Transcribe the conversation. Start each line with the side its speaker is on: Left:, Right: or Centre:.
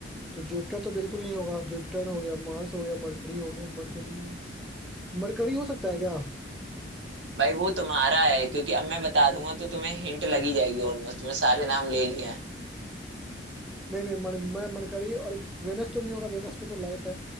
Centre: तो जुपिटर तो बिल्कुल नहीं होगा जुपिटर हो गया मार्स हो गया मरकरी हो गया मरकरी मरकरी हो सकता है क्या
Right: भाई वो तुम्हारा है क्योंकि अब मैं बता दूंगा तो तुम्हें हिंट लगी जाएगी ऑलमोस्ट तुमने सारे नाम ले लिए हैं
Centre: नहीं नहीं मर, मैं मरकरी और वेनस तो नहीं होगा वेनस पे तो लाइफ है